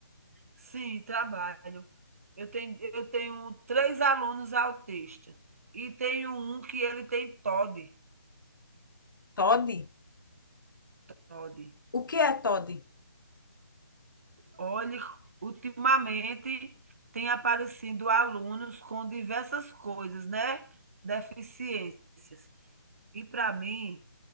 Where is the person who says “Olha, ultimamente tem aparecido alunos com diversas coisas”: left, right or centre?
Right